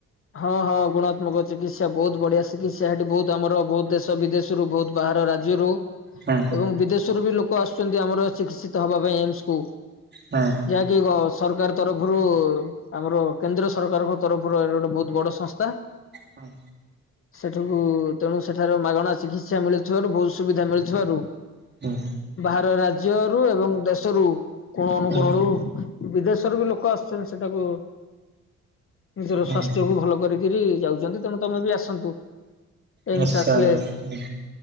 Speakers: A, on the left (about 45°); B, on the right (about 35°).
A: ହଁ, ହଁ, ଗୁଣାତ୍ମକ ଚିକିତ୍ସା, ବହୁତ ବଢିଆ ଚିକିତ୍ସା, ସେଠି ବହୁତ ଆମର ବହୁତ ଦେଶ ବିଦେଶ ବହୁତ ବାହାର ରାଜ୍ୟରୁ
B: ହଁ
A: ଏବଂ ବିଦେଶରୁ ବି ଲୋକ ଆସୁଛନ୍ତି ଆମର ଚିକିତ୍ସିତ ହବା ପାଇଁ ଏମ୍ସ ।
B: ହଁ
A: ଯାଇକି <unintelligible> ସରକାର ତରଫରୁ, ଆମର କେନ୍ଦ୍ର ସରକାରଙ୍କ ତରଫରୁ ଗୋଟେ ବହୁତ ବଡ ସଂସ୍ଥା ।
B: ହଁ
A: ସେଠକୁ ତେଣୁ ସେଠାରୁ ମାଗଣା ଚିକିତ୍ସା ମିଳୁଥିବାରୁ ବହୁତ ସୁବିଧା ମିଳୁଥିବାରୁ
B: ହୁଁ
A: ବାହାର ରାଜ୍ୟରୁ ଏବଂ ଦେଶରୁ କୋଣ ଅନୁକୋଣରୁ
B: ହୁଁ
A: ବିଦେଶରୁ ବି ଲୋକ ଆସିୁଛନ୍ତି ସେଟାକୁ, ନିଜର
B: ହୁଁ
A: ସାସ୍ଥ୍ୟ ଭଲ କରିକରି ଯାଉଛନ୍ତି ତେଣୁ ତମେ ବି ଆସନ୍ତୁ, ଏମସ
B: ନିଶ୍ଚୟ
A: ଆସିଲେ
B: ନିଶ୍ଚୟ